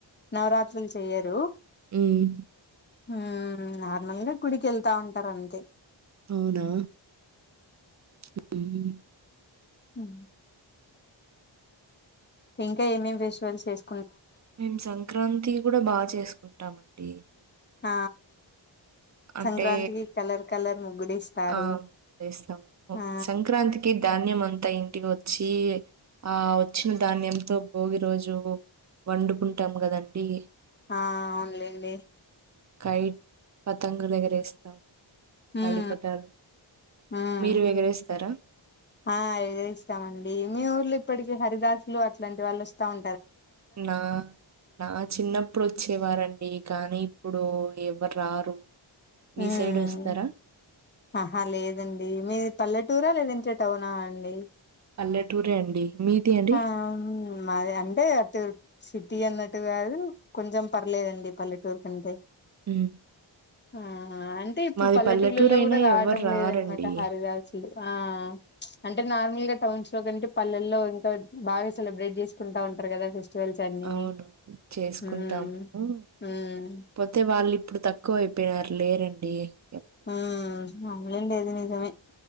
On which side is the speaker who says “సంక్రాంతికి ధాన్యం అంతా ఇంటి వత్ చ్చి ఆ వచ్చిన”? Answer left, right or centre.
Right